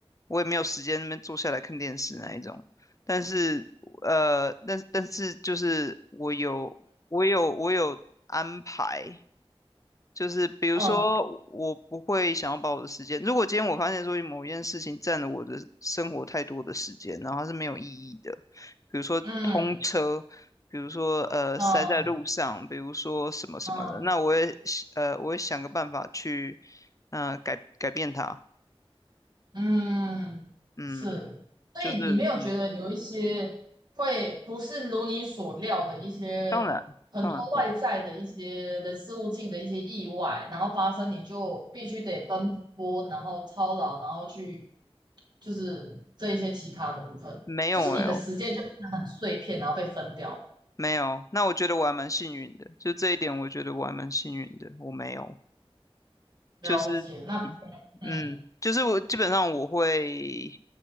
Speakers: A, on the left; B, on the right.
A: 我也没有时间那边坐下来看电视那一种，但是呃，但但是就是我有我有我有安排，就是比如说，
B: 嗯
A: 我不会想要把我的时间，如果今天我发现说某一件事情占了我的生活太多的时间，然后它是没有意义的，比如说通车，
B: 嗯
A: 比如说呃塞在路上，
B: 嗯
A: 比如说什么什么的，
B: 嗯
A: 那我也呃我会想个办法去呃改改变它，
B: 嗯，
A: 嗯，
B: 是。所以你没有觉得有一些会不是如你所料的一些很多外在的一些人事物境的一些意外，
A: 就是嗯，当然当然会，
B: 然后发生，你就必须得奔波，然后操劳，然后去就是这一些其他的部分，
A: 没有哎、
B: 就是你的时间就变得很碎片，然后被分掉。
A: 没有，那我觉得我还蛮幸运的，就这一点，我觉得我还蛮幸运的，我没有。
B: 了解。
A: 就是
B: 那嗯
A: 嗯，就是我基本上我会，